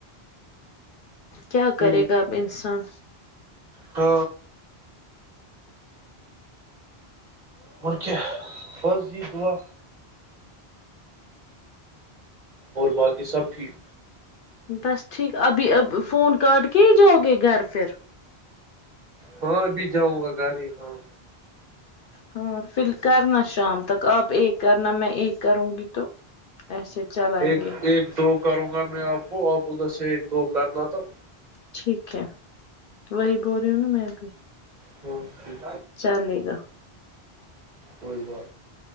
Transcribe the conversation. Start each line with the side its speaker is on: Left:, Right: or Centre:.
Left: کیا
Right: ہ
Left: کرے گا اب انسان
Right: ہ اور کیا بض یہ دعا اور باقی سب ٹھیک
Left: بس ٹھیک ابھی اب فون کاٹ کے ہی جاؤ گے گھر پھر
Right: ہاں ابھی جاؤں گا گاڑی ہاں
Left: ہاں پھر کرنا شام تک آپ ایک کرنا میں ایک کروں گی تو ایسے چلائیں
Right: ایک
Left: گے
Right: ایک دو کروں گا میں آپ کو آپ ادھر سے ایک دو کرنا تھا
Left: ٹھیک ہے وہی بول رہی ہوں نا میں بھی
Right: ہ ٹھیک
Left: چلے گا
Right: ہو